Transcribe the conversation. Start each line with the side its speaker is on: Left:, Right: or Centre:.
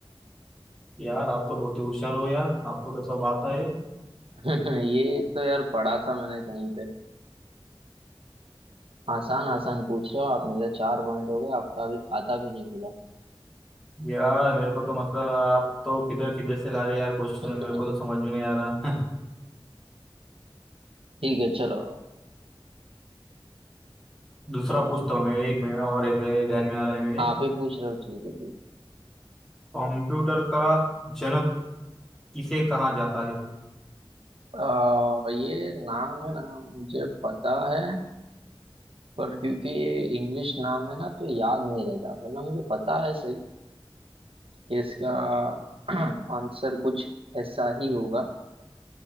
Centre: यार आप तो बहुत ही होशियार हो यार आपको तो सब आता है
Right: <laughs> ये तो यार पढ़ा था मैंने कहीं पे आसान आसान पूछ रहे हो आप मेरा चार पॉइंट हो गए आपका अभी खाता भी नहीं खुला
Centre: यार मेरे को तो मतलब आप तो किधर किधर से ला रहे यार क्वेश्चन
Right: <laughs>
Centre: मेरे को तो समझ में नहीं आ रहा
Right: ठीक है चलो
Centre: <laughs> दूसरा पूछता हूँ मैं एक मेरा और एक है, ध्यान में आ रहा है मेरे
Right: आप ही पूछ रहे हो ठीक है
Centre: कंप्यूटर का जनक किसे कहा जाता है
Right: आ, ये नाम है ना मुझे पता है पर क्योंकि ये इंग्लिश नाम है ना तो याद नहीं रहता वरना मुझे पता है सही कि इसका <clears throat> आंसर कुछ ऐसा ही होगा